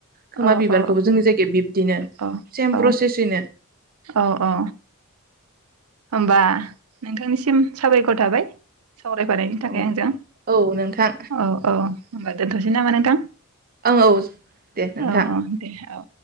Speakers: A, on the right; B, on the right.
A: खोमा
B: औ
A: बिबारखौबो
B: औ
A: जोंनि जायगायाव बिब्दिनो
B: औ
A: सेम
B: औ
A: प्रसेसैनो
B: औ औ होनबा नोंथांनिसिम साबायखर थाबाय सावरायफानायनि थाखाय
A: औ
B: आंजों
A: औ नोंथां
B: औ औ होनबा दोनथसै नामा नोंथां
A: औ औ दे नोंथां
B: औ औ दे औ